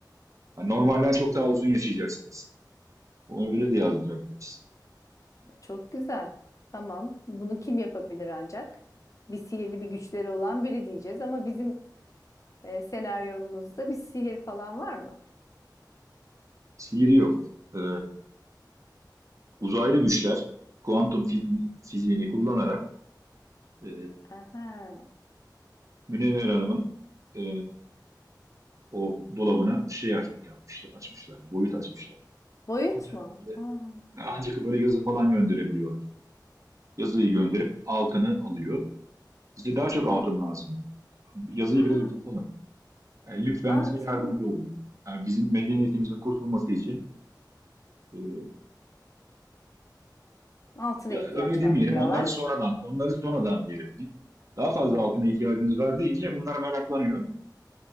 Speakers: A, on the right (about 45°); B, on the left (about 45°).
A: Hani normalden çok daha uzun yaşayacaksınız. Onu öyle de yazdırabiliriz.
B: Çok güzel. Tamam. Bunu kim yapabilir ancak? Bir sihirli bir güçleri olan biri diyeceğiz ama bizim e, senaryomuzda bir sihir falan var mı?
A: Sihir yok. Ee, uzaylı güçler kuantum fi- fiziğini kullanarak e,
B: Aha.
A: Münevver Hanım'ın e, o dolabına şey aç, yapmışlar, açmışlar, boyut açmışlar.
B: Boyut
A: Ancak
B: mu?
A: böyle,
B: Aa,
A: ancak böyle yazı falan gönderebiliyorlar. Yazıyı gönderip altını alıyor. Bize daha çok altın
B: aa,
A: lazım. Yazıyı
B: ha,
A: biraz uzatalım. Yani lütfen
B: aa,
A: bize yardımcı
B: tamam.
A: olun. Yani bizim medeniyetimizin kurtulması için e,
B: Altına
A: ya
B: ihtiyaç
A: öyle demeyelim.
B: var diyorlar.
A: Onları sonradan, onları sonradan diyelim. Bir- Daha fazla altına ihtiyacınız var deyince bunlar meraklanıyor.